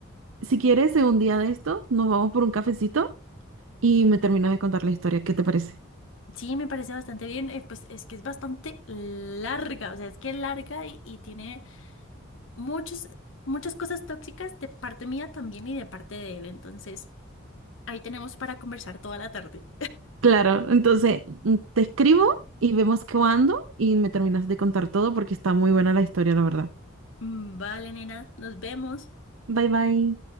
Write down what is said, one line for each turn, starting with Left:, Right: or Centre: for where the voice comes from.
Right: si quieres, en un día de esto, nos vamos por un cafecito y me terminas de contar la historia, ¿qué te parece?
Left: Sí, me parece bastante bien. eh, pues es que es bastante larga, o sea, es que es larga y, y tiene muchas muchas cosas tóxicas de parte mía también y de parte de él. Entonces, ahí tenemos para conversar toda la tarde.
Right: Claro, entonces mm, te escribo y vemos cuándo y me terminas de contar todo porque está muy buena la historia, la verdad.
Left: Mm, Vale, nena, nos vemos.
Right: Bye bye.